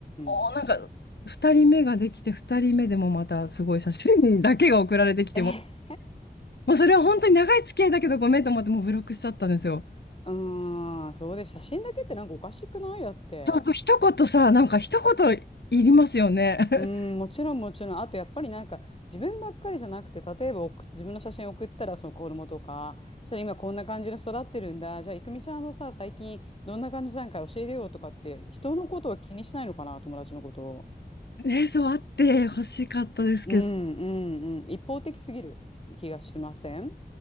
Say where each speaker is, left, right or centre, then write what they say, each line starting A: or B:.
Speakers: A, on the left; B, on the left.
A: おーなんか2人目ができて、
B: ん。
A: 2人目でもまたすごい写真だけが送られてきても、
B: え、
A: もうそれは本当に長い付き合いだけどごめんと思ってもうブロックしちゃったんですよ。
B: うーん。そうで、写真だけってなんかおかしくないだって。
A: あと一言さ、なんか一言いりますよね。
B: うーん、
A: <laughs>
B: もちろんもちろん。あとやっぱりなんか自分ばっかりじゃなくて、例えば送自分の写真送ったらその子供とか、そしたら今こんな感じで育ってるんだ。じゃあ、いくみちゃんもさ、最近どんな感じなんか教えるよとかって、人のことは気にしないのかな、友達のことを。
A: ね、そうあって欲しかったですけど。
B: うんうんうん。一方的すぎる気がしません